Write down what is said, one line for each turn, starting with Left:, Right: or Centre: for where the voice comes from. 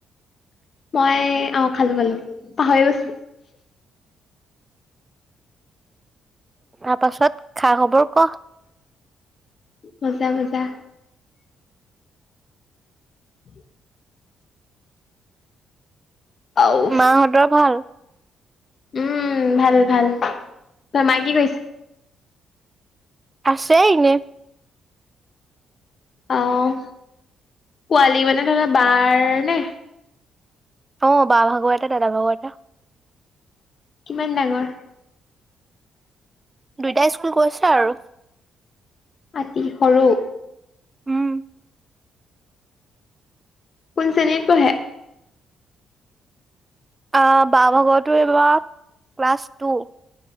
Left: মই অ' খালো খালো। পাহৰি গৈছিলোঁ।
Right: তাৰ পাছত খা খবৰ ক।
Left: মজা মজা। উম আৰু
Right: মাহঁতৰ ভাল
Left: উম ভাল ভাল, তই মাই কি কৈছে?
Right: আছে এনে।
Left: অ' পোৱালি মানে ধৰা বাৰ নে?
Right: অ' বা ভাগুৱ এটা দাদা ভাগৰু এটা।
Left: কিমান ডাঙৰ?
Right: দুইটাই স্কুল গৈছে আৰু।
Left: আতি সৰু
Right: উম।
Left: কোন শ্ৰেণীত পঢ়ে?
Right: আহ বাভাগৰটো এইবাৰ ক্লাছ টু।